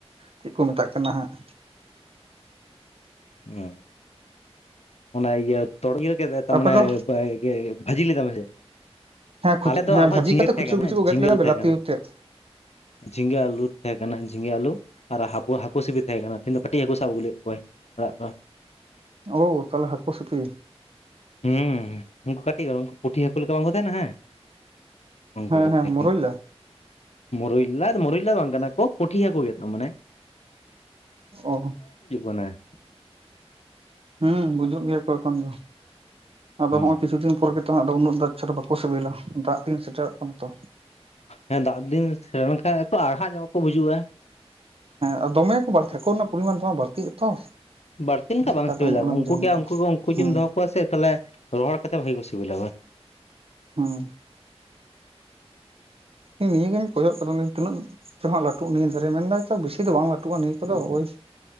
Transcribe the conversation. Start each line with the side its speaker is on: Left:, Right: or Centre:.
Right: ᱪᱮᱜ ᱠᱚ ᱢᱮᱛᱟᱜ ᱠᱟᱱᱟ ᱦᱟᱸᱜ
Left: <unintelligible> ᱚᱱᱮ ᱤᱭᱟᱹ ᱛᱚᱲ <unintelligible> ᱠᱟᱛᱮ ᱛᱟᱨ
Right: ᱟᱯᱮ
Left: ᱢᱟᱱᱮ
Right: ᱫᱚ
Left: ᱵᱷᱟᱹᱡᱤ ᱞᱮᱫᱟᱢ ᱥᱮ
Right: ᱦᱮᱸ ᱠᱷᱩᱪ
Left: ᱟᱞᱮ ᱫᱚ
Right: ᱦᱮᱸ
Left: ᱟᱞᱦᱚᱸ
Right: ᱵᱷᱟᱹᱡᱤ
Left: ᱡᱷᱤᱸᱜᱟᱹ
Right: ᱠᱟᱛᱮ
Left: ᱛᱟᱦᱮᱸ
Right: ᱠᱷᱩᱪᱨᱟᱹ
Left: ᱠᱟᱱᱟ
Right: ᱠᱷᱩᱪᱨᱟᱹ ᱠᱚ
Left: ᱡᱷᱤᱸᱜᱟᱹ
Right: ᱜᱮᱫ ᱞᱮᱫᱟ
Left: ᱟᱞᱩ
Right: ᱵᱮᱞᱟᱛᱤ
Left: ᱛᱟᱦᱮᱸ ᱠᱟᱱᱟ᱾
Right: ᱟᱛᱮᱫ
Left: ᱡᱷᱤᱸᱜᱟᱹ ᱟᱹᱞᱩ ᱛᱮᱦᱮᱸ ᱠᱟᱱᱟ ᱡᱷᱤᱸᱜᱟᱹ ᱟᱹᱞᱩ᱾ ᱟᱨ ᱦᱟᱹᱠᱩ ᱦᱟᱹᱠᱩ ᱥᱤᱯᱤ ᱛᱟᱦᱮᱸ ᱠᱟᱱᱟ ᱛᱮᱦᱤᱧ ᱫᱚ ᱠᱟᱹᱴᱤᱡ ᱦᱟᱹᱠᱩ ᱥᱟᱵ ᱟᱹᱜᱩ ᱞᱮᱫ ᱠᱚᱣᱟᱭ ᱚᱲᱟᱜᱼᱼ
Right: ᱳ ᱛᱟᱦᱚᱞᱮ ᱦᱠᱩ ᱥᱩᱯᱤ᱾
Left: ᱦᱩᱸ ᱩᱱᱠᱩ ᱠᱟᱹᱴᱤᱡ ᱩᱱᱠᱩ ᱯᱩᱴᱷᱤ ᱦᱟᱹᱠᱩ ᱞᱮᱠᱟ ᱵᱟᱝᱠᱚ ᱛᱟᱦᱮᱱᱟ ᱦᱮᱸ ᱩᱱᱠᱩ
Right: ᱦᱮᱸ
Left: ᱠᱚ
Right: ᱦᱮᱸ
Left: ᱛᱟᱦᱮᱸᱠᱟᱱᱟ
Right: ᱢᱚᱨᱚᱭᱞᱟ
Left: ᱢᱩᱨᱩᱭᱞᱟ ᱢᱩᱨᱩᱭᱞᱟ ᱫᱚ ᱵᱟᱝᱼᱼ ᱠᱟᱱᱟ ᱠᱚ ᱯᱩᱴᱷᱤ ᱦᱟᱠᱳ ᱜᱮ ᱛᱚ ᱢᱟᱱᱮᱼᱼ
Right: ᱚ
Left: ᱠᱟᱱᱟ
Right: ᱦᱮᱸ ᱵᱩᱡᱩᱜ ᱜᱮᱭᱟ ᱠᱚ ᱮᱠᱷᱚᱱ ᱫᱚ ᱟᱫᱚ
Left: ᱦᱩᱸ
Right: ᱦᱚᱸᱜᱼᱚᱭ ᱠᱤᱪᱷᱩ ᱫᱤᱱ ᱯᱚᱨᱜᱮ ᱱᱤᱛ ᱫᱚ ᱩᱱᱟᱹᱜ ᱫᱚ ᱟᱪᱪᱷᱟ ᱫᱚ ᱵᱟᱠᱚ ᱥᱤᱵᱤᱞᱟ ᱫᱟᱜ ᱫᱤᱱ ᱥᱮᱴᱮᱨᱚᱜ ᱠᱟᱱᱟ ᱛᱚ᱾
Left: ᱦᱮᱸ ᱫᱟᱜ ᱫᱤᱱ ᱥᱮᱴᱮᱨ ᱞᱮᱱᱠᱷᱟᱱ ᱜᱮ ᱦᱟᱬᱦᱟᱜ ᱧᱚᱜ ᱜᱮᱠᱚ ᱵᱩᱡᱩᱜᱼᱟ᱾
Right: ᱦᱮᱸ ᱫᱚᱢᱮ ᱜᱮ ᱠᱚ ᱵᱟᱹᱲᱛᱤᱜᱼᱟ ᱟᱠᱚ ᱨᱮᱱᱟᱜ ᱯᱚᱨᱤᱢᱟᱱ ᱫᱚᱢᱮ ᱵᱟᱹᱲᱛᱤᱜᱼᱟ ᱛᱚ
Left: ᱵᱟᱹᱲᱛᱤ ᱞᱮᱠᱟ
Right: ᱪᱤᱠᱟᱛᱮ
Left: ᱵᱟᱝ ᱥᱤᱵᱤᱞᱟ
Right: ᱩᱱᱟᱹᱜ
Left: ᱩᱱᱠᱩ
Right: ᱮᱢ ᱡᱚᱢ
Left: ᱜᱮ
Right: ᱠᱚᱣᱟ
Left: ᱩᱱᱠᱩ ᱩᱱᱠᱩ
Right: ᱦᱩᱸ
Left: ᱡᱮᱢ ᱫᱚᱦᱚ ᱠᱚᱣᱟ ᱥᱮ ᱛᱟᱦᱚᱞᱮ ᱨᱚᱦᱚᱲ ᱠᱟᱛᱮ ᱵᱷᱟᱜᱤ ᱠᱚ ᱥᱤᱵᱤᱞᱟ᱾
Right: ᱦᱩᱸ ᱱᱤᱭᱟᱹᱜ ᱜᱮᱧ ᱦᱟᱸᱜ ᱠᱚᱡᱚᱜ ᱠᱟᱫᱟᱞᱤᱧ ᱛᱤᱱᱟᱹᱜᱼᱼ ᱦᱟᱸᱜ ᱞᱟᱹᱴᱩᱜ ᱱᱤᱭᱟᱹ ᱫᱷᱟᱨᱮ ᱢᱮᱱᱫᱟᱭ ᱛᱚ ᱵᱮᱥᱤ ᱫᱚ ᱵᱟᱝ ᱞᱟᱹᱴᱩᱜᱼᱟ ᱱᱤᱭᱟᱹ ᱠᱚᱫᱚ ᱳᱭ